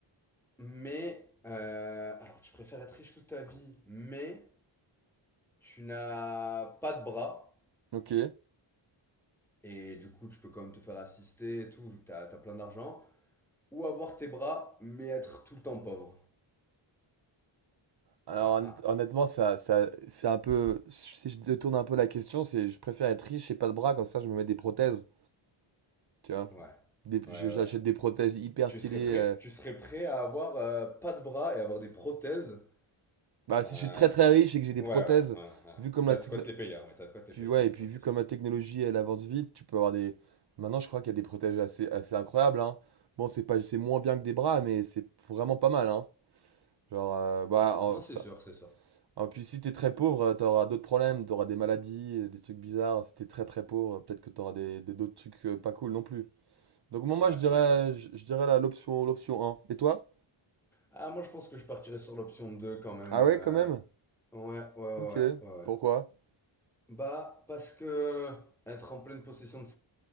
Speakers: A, in the centre; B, on the right (about 55°).
A: mais... euh, alors, tu préfères être riche toute ta vie, mais tu n'as pas de bras,
B: Ok.
A: et du coup, tu peux quand même te faire assister et tout, vu que t'as, t'as plein d'argent, ou avoir tes bras, mais être tout le temps pauvre.
B: Alors
A: Ah
B: honnête-
A: ah,
B: honnêtement, ça, ça, c'est un peu. Si je détourne un peu la question, c'est je préfère être riche et pas de bras, comme ça je me mets des prothèses. Tu vois?
A: ouais, ouais,
B: Des- je-
A: ouais.
B: j'achète
A: ouais.
B: des prothèses hyper
A: Tu
B: stylées.
A: serais prêt,
B: euh.
A: tu serais prêt à avoir euh, pas de bras et avoir des prothèses?
B: Bah si
A: Euh,
B: je suis très très riche et que j'ai des
A: ouais,
B: prothèses,
A: ouais, ouais, ouais.
B: vu comme
A: T'as
B: la techno-
A: de quoi te les payer, hein, mais t'as de quoi te
B: puis
A: les payer,
B: ouais,
A: ouais,
B: et
A: ça
B: puis
A: c'est
B: vu
A: sûr.
B: comme la technologie elle avance vite, tu peux avoir des. Maintenant je crois qu'il y a des prothèses assez, assez incroyables, hein. Bon, c'est pas, c'est moins bien que des bras, mais c'est vraiment pas mal, hein. Genre, euh, bah, en-
A: Non, c'est
B: ça,
A: sûr, c'est sûr.
B: Ah, puis si t'es très pauvre, euh, t'auras d'autres problèmes, t'auras des maladies, euh, des trucs bizarres. Si t'es très très pauvre, euh, peut-être que t'auras des, des- d'autres trucs euh, pas cool non plus. Donc moi, moi,
A: Ouais,
B: je dirais,
A: non, je suis d'accord.
B: je, je dirais la- l'option, l'option un Et toi?
A: Ah, moi je pense que je partirais sur l'option 2 quand même.
B: Ah
A: euh,
B: ouais, quand même?
A: Ouais, ouais, ouais,
B: Ok.
A: ouais, ouais.
B: Pourquoi?
A: Bah, parce que être en pleine possession de